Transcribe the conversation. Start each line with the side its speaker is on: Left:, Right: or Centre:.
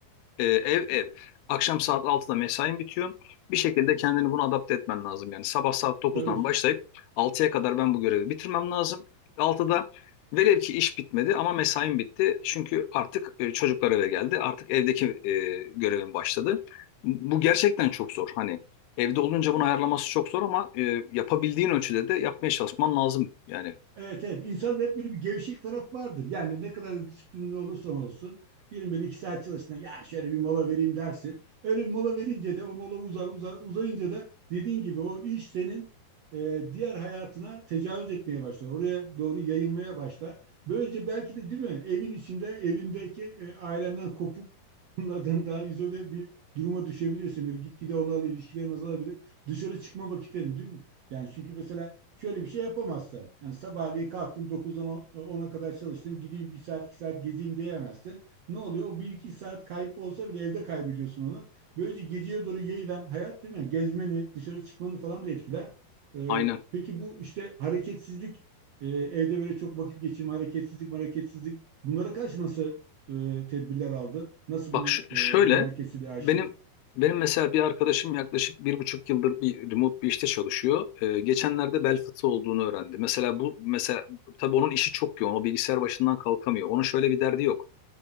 Left: ee, ev ev. Akşam saat altıda mesain bitiyor. Bir şekilde kendini buna adapte etmen lazım. Yani sabah saat dokuzdan
Right: Tabii
Left: başlayıp altıya kadar ben bu görevi bitirmem lazım. Altıda velev ki iş bitmedi ama mesain bitti. Çünkü artık e, çocuklar eve geldi. Artık evdeki e, görevim başladı. Bu gerçekten çok zor. Hani evde olunca bunu ayarlaması çok zor ama e, yapabildiğin ölçüde de yapmaya çalışman lazım. Yani
Right: Evet evet. İnsanda hep böyle bir gevşek taraf vardır. Yani ne kadar da disiplinli olursan olsun. Diyelim böyle iki saat çalıştın. Ya şöyle bir mola vereyim dersin. Öyle bir mola verince de o mola uzar uzar uzayınca da dediğin gibi o iş senin e, diğer hayatına tecavüz etmeye başlar. Oraya doğru yayılmaya başlar. Böylece belki de değil mi evin içinde evindeki e, ailenden kopuk <laughs> bunlardan daha izole bir duruma düşebilirsin. Böyle gitgide onlarla ilişkilerin azalabilir. Dışarı çıkma vakitlerin değil mi? Yani çünkü mesela şöyle bir şey yapamazsın. Hani sabahleyin kalktın dokuzdan ona kadar çalıştın. Gideyim bir saat iki saat gezeyim diyemezsin. Ne oluyor? O bir iki saat kayıp olsa bile evde kaybediyorsun onu. Böylece geceye doğru yayılan hayat değil mi? Gezmeni, dışarı çıkmanı falan da etkiler. Ee,
Left: aynen.
Right: peki bu işte hareketsizlik, e, evde böyle çok vakit geçirme, hareketsizlik, hareketsizlik. Bunlara karşı nasıl e, tedbirler aldın? Nasıl
Left: Bak
Right: bunu
Left: ş-
Right: e,
Left: şöyle
Right: bu hareketsizliği açtın?
Left: benim benim mesela bir arkadaşım yaklaşık bir buçuk yıldır bir remote bir işte çalışıyor. Ee, geçenlerde bel fıtığı olduğunu öğrendi. Mesela bu mesela tabii onun işi çok yoğun. O bilgisayar başından kalkamıyor. Onun şöyle bir derdi yok.